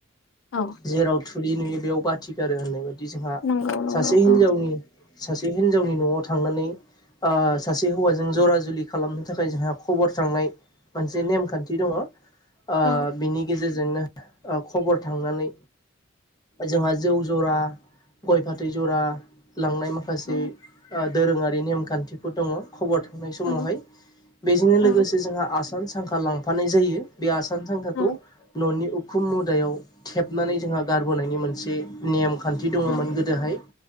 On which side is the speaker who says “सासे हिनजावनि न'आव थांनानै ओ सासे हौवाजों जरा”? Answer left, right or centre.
Left